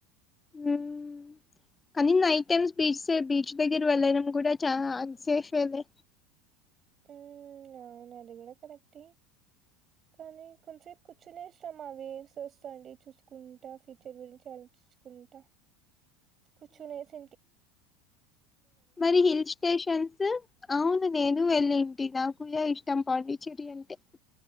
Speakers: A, on the left; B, on the right.
A: హ్మ్మ్ కానీ నైట్ టైమ్స్ బీచ్ బీచ్ దగ్గర వెళ్ళనం కూడా చాలా అన్సేఫ్ లే
B: హ్మ్మ్ అవును అది కూడా కరెక్టే కానీ కొంసేపు కూర్చునేసి ఏంచేస్తాం అండి చూసుకుంటా ఫ్యూచర్ గురించి ఆలో చూసుకుంటా కూర్చొనేసి
A: మరి హిల్ స్టేషన్స్ అవును నేను వేళ్ళింటి నాకు కూడా ఇష్టం పాండిచ్చేరి అంటే